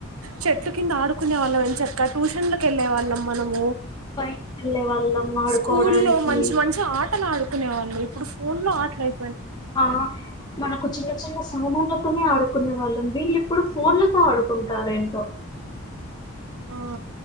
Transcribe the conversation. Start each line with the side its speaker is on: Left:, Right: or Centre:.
Right: చెట్లు కింద ఆడుకునే వాళ్ళం ఎంచక్కగా ట్యూషన్ కెళ్ళే వాళ్ళం మనము
Left: బయటికి వెళ్ళే వాళ్ళం ఆడుకోవడానికి
Right: స్కూల్లో మంచి మంచి ఆటలు ఆడుకు కునే వాళ్ళు ఇప్పుడు ఫోన్ లో ఆటలయి
Left: ఆ మనకు చిన్న చిన్న సమన్ తోనే ఆడుకునే వాళ్ళం వీళ్ళ ఇప్పుడు ఫోన్లతో ఆడుకుంటారు ఏంటో
Right: ఆ